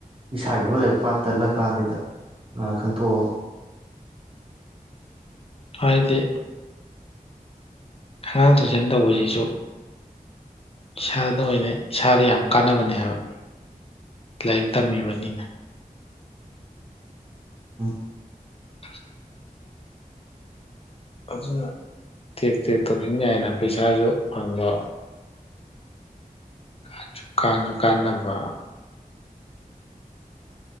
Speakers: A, on the right; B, on the left.
A: ꯏꯁꯥꯒꯤꯕꯨ ꯂꯥꯏꯔꯤꯛ ꯄꯥ ꯇꯜꯂꯀꯥꯟꯁꯤꯗ <inaudible> ꯈꯟꯇꯣꯛꯑꯕ
B: ꯍꯥꯏꯗꯤ꯫ ꯑꯉꯥꯡ ꯇꯨꯏꯁꯟ ꯇꯧꯕꯖꯤꯁꯨ ꯏꯁꯥꯗ ꯑꯣꯏꯅ ꯏꯁꯥꯗ ꯌꯥꯝ ꯀꯥꯟꯅꯕꯅꯦ ꯍꯥꯏꯕ꯫ ꯂꯥꯏꯔꯤꯛ ꯇꯝꯃꯤꯕꯅꯤꯅ꯫
A: ꯎꯃ꯫
B: ꯑ <unintelligible> ꯑꯗꯨꯅ ꯇꯦꯛ-ꯇꯦꯛ ꯇꯧꯁꯤꯟ ꯌꯥꯏꯅ ꯄꯩꯁꯥꯁꯨ ꯐꯪꯕ꯫ ꯨ ꯀꯥꯟꯁꯨ ꯀꯥꯟꯅꯕ꯫